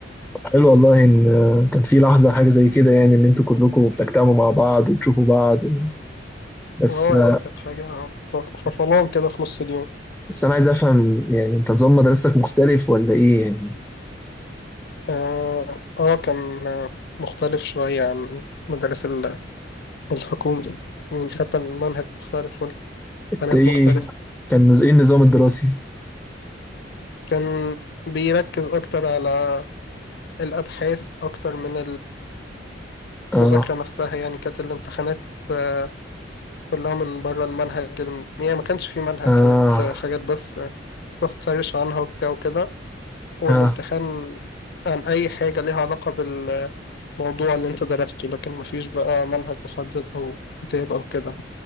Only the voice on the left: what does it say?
اه
يعني كانت حاجة ف-
فصلان كده في نص اليوم
اه آه، كان آه، مختلف شوية عن المدارس الحكومي يعني حتى المنهج مختلف والقناة
مختلفة
كان بيركز أكتر على الأبحاث أكتر من
المذاكرة نفسها يعني كانت الامتحانات آه، كلها من بره المنهج الم- يعني ما كانش في منهج
كانت آه، حاجات بس آه، رحت سيرش عنها وبتاع وكده والامتحان
عن أي حاجة ليها علاقة بالموضوع اللي أنت درسته لكن مفيش بقى منهج محدد أو كتاب أو كده